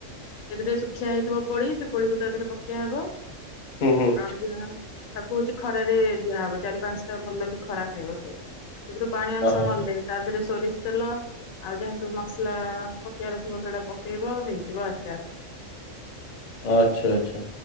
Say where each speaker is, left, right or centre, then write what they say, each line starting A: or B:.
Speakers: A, on the left; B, on the left.
A: ସେଥିରେ ଶୁଖିଆ ହେଇଥିବ। କୋଳି ସେ କୋଳିକୁ ତ ଏଥିରେ ପକେଇଆହବ।
B: ହୁଁ ହୁଁ
A: ଆଉ ଗ ଟିକ ତାକୁ ହଉଛି ଖରାରେ ଦିଆହବ ଚାରି ପାଞ୍ଚଟା ଭଲ କି ଖରା ଖାଇବ ସେ ସେଥିରୁ ପାଣି ଅଂଶ
B: ଓହୋ
A: ମାରିଲ ତା ଦେହରେ ସୋରିଷ ତେଲ ଆଉ ଯାହାେତୁ ମସଲା ପକେଇବାର ଥିବ ସେଇଟା ପକେଇବ ହେଇ ଆଚାର।
B: ଆଛା ଆଛା